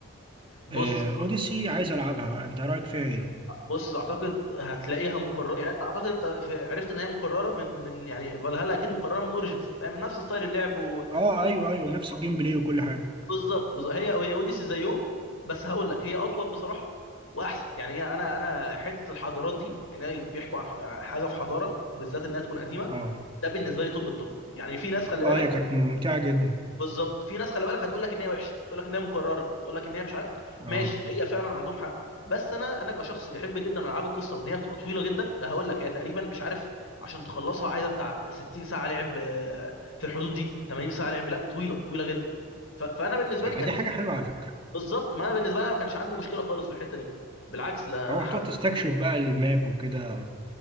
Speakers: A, on the left; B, on the right.
A: بص
B: آه
A: اعتقد
B: اوديسي عايز العبها بقى انت رايك فيها ايه
A: بص اعتقد هتلاقيها مكرره يعني انت اعتقد انت ف- عرفت ان هي مكرره من من يعني فالهالا اكيد مكرره من اوريجينز يعني من نفس ستايل اللعب و-
B: اه
A: وطائفه
B: ايوه ايوه
A: و-
B: نفس الجيم بلاي وكل حاجه
A: بالظبط بالظبط. هي هي اوديسي زي يوم بس هقول لك هي اطول بصراحه واحسن يعني هي انا انا حته الحضارات دي ان هي بيحكوا عن ح- حاجه في حضاره بالذات انها تكون قديمه
B: اه
A: ده بالنسبه لي توب التوب يعني في ناس خلي
B: اه
A: بالك
B: هي كانت ممتعه جدا
A: بالظبط في ناس خلي بالك هتقول لك ان هي وحشه تقول لك ان هي مكرره تقول لك ان هي مش عارف
B: اه
A: ماشي هي فعلا عندهم حق بس انا انا كشخص بيحب جدا العاب القصه وان هي بتبقى طويله جدا ده هقول لك هي تقريبا مش عارف عشان تخلصها عايزه بتاع 60 ساعه لعب آه، في الحدود دي 80 ساعه لعب لا طويله طويله جدا ف- فانا بالنسبه
B: آه،
A: لي كان
B: دي حاجه
A: كان
B: حلوه على فكره
A: بالظبط ما انا بالنسبه لي أنا ما كانش عندي مشكله خالص في الحته دي بالعكس ده
B: اه
A: انا ح-
B: هتقعد
A: أنا-
B: تستكشف بقى الماب وكده